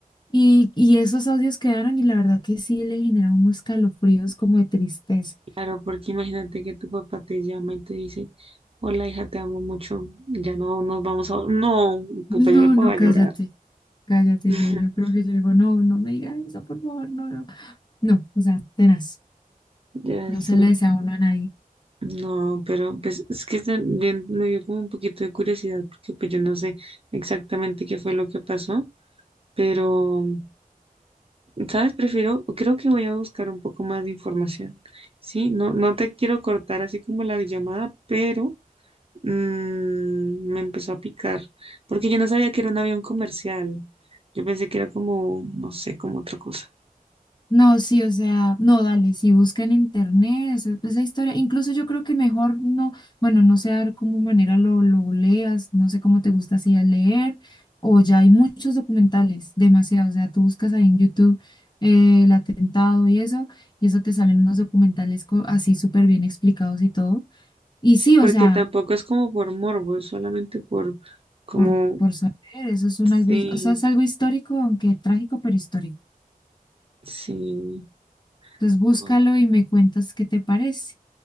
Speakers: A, on the left; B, on the right.
A: Y, y esos audios quedaron y la verdad que sí le generaron unos calofríos como de tristeza.
B: Claro, porque imagínate que tu papá te llama y te dice, hola hija, te amo mucho, ya no nos vamos a... No, puta,
A: No,
B: yo me pongo
A: no,
B: a
A: cállate,
B: llorar.
A: cállate.
B: <laughs>
A: Yo, yo creo que yo digo, no, no me digas eso, por favor, no, no. No, o sea, tenaz.
B: Ya
A: No
B: sé.
A: se le desea a uno a nadie.
B: No, pero pues es que también me dio como un poquito de curiosidad porque pues yo no sé exactamente qué fue lo que pasó, pero, ¿sabes? Prefiero, creo que voy a buscar un poco más de información, ¿sí? No, no te quiero cortar así como la llamada, pero Mm, me empezó a picar, porque yo no sabía que era un avión comercial. Yo pensé que era como, no sé, como otra cosa.
A: No, sí, o sea, no, dale, si busca en internet esa, esa historia, incluso yo creo que mejor no, bueno, no sé a ver cómo manera lo, lo leas, no sé cómo te gusta así a leer, o ya hay muchos documentales, demasiados, o sea, tú buscas ahí en YouTube eh, el atentado y eso, y eso te salen unos documentales co- así súper bien explicados y todo, y
B: Sí,
A: sí, o
B: porque
A: sea,
B: tampoco es como por morbo, es solamente por como,
A: por, por saber, eso es un algo,
B: sí,
A: his- o sea, es algo histórico, aunque trágico, pero histórico.
B: sí,
A: Entonces búscalo
B: ah,
A: y me cuentas qué te parece,